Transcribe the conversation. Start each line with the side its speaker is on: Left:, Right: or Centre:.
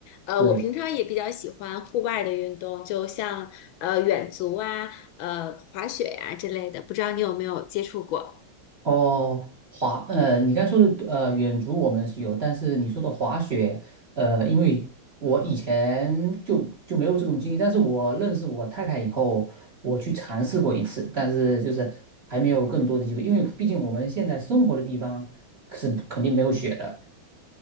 Left: 呃，
Right: 对。
Left: 我平常也比较喜欢户外的运动，就像呃远足啊，呃滑雪呀、之类的，不知道你有没有接触过？
Right: 哦，滑，呃，你刚才说的呃远足我们是有，但是你说的滑雪，呃，因为我以前就就没有这种经历，但是我认识我太太以后，我去尝试过一次，但是就是还没有更多的机会，因为毕竟我们现在生活的地方是肯定没有雪的。